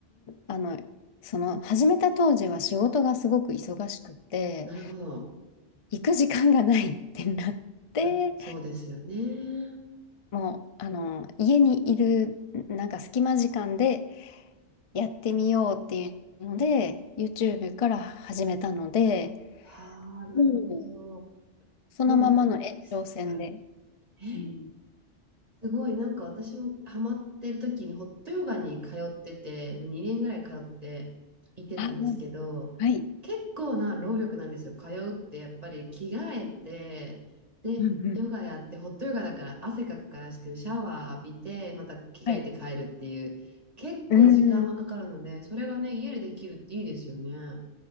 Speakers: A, on the left; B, on the right.
A: あの、その始めた当時は仕事がすごく忙しくて、
B: なるほど。
A: 行く時間がないってなって、
B: あ、そうですよね。
A: もう、あの、家にいる、なんか隙間時間でやってみようっていうので、YouTube から始めたので、
B: はあ、なるほど。
A: もう、そのままの延長線で。
B: でも、すごい。えー
A: うん。
B: すごい、なんか私もハマってる時にホットヨガに通ってて、もう2年ぐらい通って行ってたんですけど、
A: あ、はい。
B: 結構な労力なんですよ。通うってやっぱり着替えて、で、
A: うんうん。
B: ヨガやって、ホットヨガだから汗かくからシャワー浴びて、また着替えて帰るっていう、
A: はい。
B: 結構時間がかかるので、
A: うん。い
B: それがね、家でできるっていいですよね。